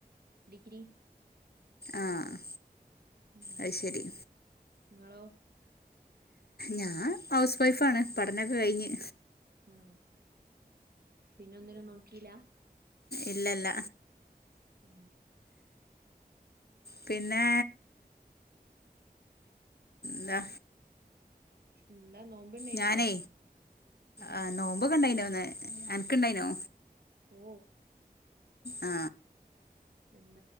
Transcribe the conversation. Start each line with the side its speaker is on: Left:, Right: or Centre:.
Right: ഡിഗ്രി
Left: ആഹ്
Right: ഉം
Left: അത് ശരി
Right: ഇങ്ങളോ
Left: ഞാ ഹൗസ് വൈഫ് ആണ് പഠനൊക്കെ കഴിഞ്ഞ്
Right: ആ പിന്നെ ഒന്നിനും നോക്കിലാ
Left: ഇല്ലല്ല
Right: ഉം
Left: പിന്നെ ന്താ
Right: എന്താ നോമ്പ്ണ്ടേയ്നോ
Left: ഞാനേ
Right: ഏഹ്
Left: ആ നോമ്പൊക്കെ ഇണ്ടായിനോന് എനക്ക് ഇണ്ടായിനോ
Right: ഓ
Left: ആ
Right: <inaudible>